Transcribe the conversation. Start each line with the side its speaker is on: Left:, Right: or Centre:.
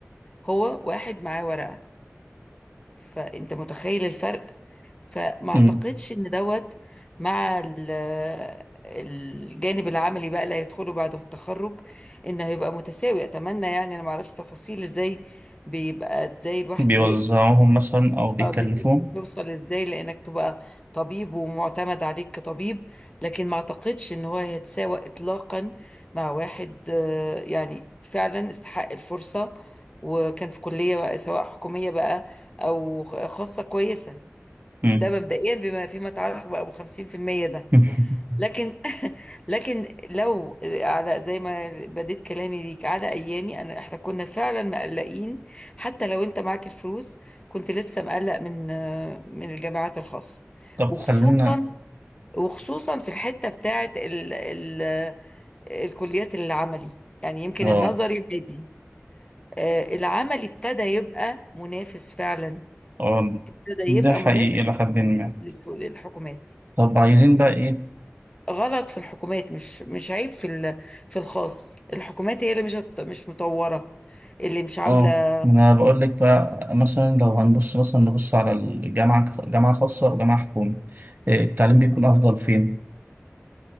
Left: هو واحد معاه ورقة فانت متخيل الفرق فما
Right: مم.
Left: اعتقدش ان دوت مع ال- الجانب العملي بقى اللي هيدخله بعد التخرج انه هيبقى متساوي اتمنى يعني انا ما اعرفش تفاصيل ازاي بيبقى ازاي الواحد
Right: بيوزعوهم
Left: ي-
Right: مثلا أو بيكلفوهم
Left: اه بت- بتوصل ازاي لانك تبقى طبيب ومعتمد عليك كطبيب لكن ما اعتقدش ان هو هيتساوى اطلاقا مع واحد آه، يعني فعلا استحق الفرصة وكان في كلية بقى سواء حكومية بقى او خ- خاصة كويسة
Right: مم.
Left: ده مبدئيا بما فيما يتعلق بقى ابو 50% ده
Right: <laughs>
Left: لكن <laughs> لكن لو على زي ما بديت كلامي ليك على ايامي انا احنا كنا فعلا مقلقين حتى لو انت معاك الفلوس كنت لسه مقلق من <hesitation> من الجامعات الخاصه
Right: طب
Left: وخصوصا
Right: خلينا
Left: وخصوصا في الحته بتاعه ال ال <hesitation> الكليات العملي يعني يمكن
Right: اه
Left: النظري بادي آه، العملي ابتدى يبقى منافس فعلا
Right: اه
Left: ابتدى
Right: ده
Left: يبقى
Right: حقيقي
Left: منافس
Right: إلى حد
Left: لل-
Right: ما
Left: للحكومات
Right: طب عايزين بقى إيه
Left: غلط في الحكومات مش مش عيب في ال- في الخاص الحكومات هي اللي مش هت- مش مطورة اللي مش عاملة
Right: اه انا بقول لك بقى مثلا لو هنبص مثلا نبص على الجامعه جامعه خاصه وجامعه حكومي إيه، التعليم بيكون افضل فين